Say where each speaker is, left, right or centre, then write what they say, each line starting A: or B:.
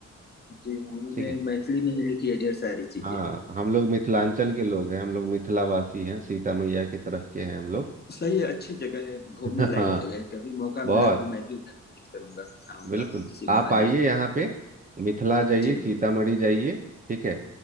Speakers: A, on the left (about 35°); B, on the right (about 25°).
A: जी, हाँ, उन्होंने
B: ठीक है
A: मैथिली में ही लिखी है ढेर सारी चीज़ें।
B: हाँ हम लोग मिथिलांचल के लोग हैं हम लोग मिथिलावासी हैं सीता मैया की तरफ के हैं हम लोग
A: सही है, अच्छी जगह है, घूमने
B: <laughs>
A: लायक
B: हाँ
A: जगह है, कभी मौका
B: बहुत
A: मिला तो मैं भी उधर विज़िट करूँगा, आऊँगा
B: बिल्कुल
A: इसी
B: आप
A: बहाने।
B: आइए यहाँ पे मिथिला जाइए
A: जी,
B: सीतामढ़ी
A: जी।
B: जाइए ठीक है